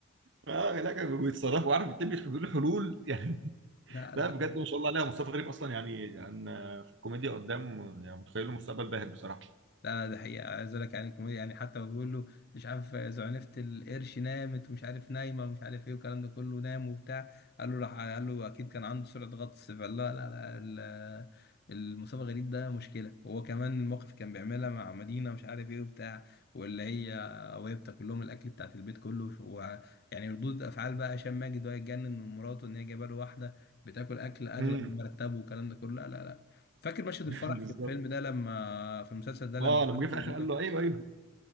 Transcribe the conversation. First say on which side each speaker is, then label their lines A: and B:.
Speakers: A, on the right; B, on the left.
A: اه لا كانوا بيتصرفوا عارف بتبقى بيقولوا حلول يعني
B: لا
A: <laughs> لا
B: لا
A: بجد ما شاء الله عليها مصطفى غريب اصلا يعني يعني في الكوميديا قدام يعني متخيله مستقبل باهر بصراحه
B: لا ده حقيقة عايز اقول لك يعني الكوميديا يعني حتى بقول له مش عارف زعنفة القرش نامت ومش عارف نايمة ومش عارف ايه والكلام ده كله نام وبتاع قال له راح قال له اكيد كان عنده سرعة غطس فقال لا لا لا ال- المصطفى غريب ده مشكلة وهو كمان الموقف كان بيعملها مع مدينة مش عارف ايه وبتاع واللي هي وهي بتاكل لهم الاكل بتاعت البيت كله ويعني ردود افعال بقى هشام ماجد وهو يتجنن من مراته ان هي جايبه له واحده بتاكل اكل اغلى
A: امم
B: من مرتبه والكلام ده كله لا لا لا فاكر مشهد
A: <laughs>
B: الفرح
A: بالظبط
B: في الفيلم ده لما في المسلسل ده لما
A: اه لما
B: خدوا
A: جه في
B: مدينه
A: الاخر قال
B: كده
A: له ايوه ايوه